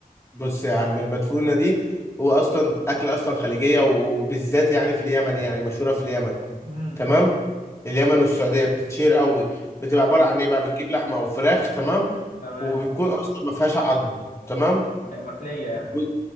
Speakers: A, on the left; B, on the left.
A: بص يا عم المدفونة دي هو أصلا أكلة أصلا خليجية وبالذات يعني في اليمن يعني مشهورة في اليمن
B: امم
A: تمام اليمن والسعودية بتتشير قوي بتبقى
B: اه
A: عبارة عن إيه بقى بتجيب لحمة أو فراخ تمام
B: تمام
A: وبتكون أصلا ما فيهاش عظم تمام
B: هي محلية يعني
A: و-